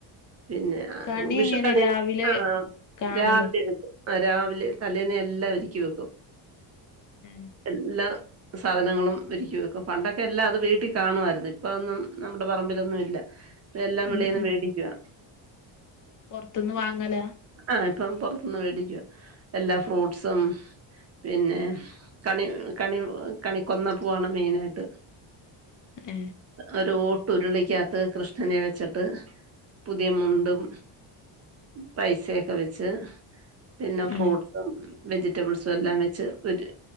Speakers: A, on the right (about 35°); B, on the left (about 45°).
A: പിന്നെ
B: കണി
A: വിഷുക്കണി
B: എങ്ങനെ രാവിലെ
A: ആ
B: കാണലോ
A: രാവിലെ രാവിലെ തലേന്ന് എല്ലാം ഒരുക്കി വെക്കും
B: ഏഹ്
A: എല്ലാം സാധനങ്ങളും വിരിക്ക വെക്കും പണ്ടൊക്കെ എല്ലാം അത് വീട്ടിൽ കാണുമായിരുന്നു ഇപ്പതോന്നും നമ്മുടെ പറമ്പിലൊന്നും ഇല്ല ഇപ്പ എല്ലാം വെളിയിൽന്ന്
B: ഉം
A: മേടിക്കുവാ
B: പുറത്തൊന്ന് വാങ്ങല
A: ആഹ ഇപ്പം പുറത്തുന്ന് മേടിക്കുക എല്ലാ ഫ്രൂട്ട്സും പിന്നെ കണി കണി കണി കൊന്നപ്പൂവാണ് മെയിനായിട്ട്
B: ങ്ങേ
A: ഒരു ഓട്ട് ഉരുളിക്കകത്ത് കൃഷ്ണനെ വെച്ചിട്ട് പുതിയ മുണ്ടും പൈസൊക്കെ വെച്ച് പിന്നെ ഫ്രൂട്ട്സും
B: ഏഹ്
A: വെജിറ്റബിൾസും എല്ലാം വെച്ച് ഒരു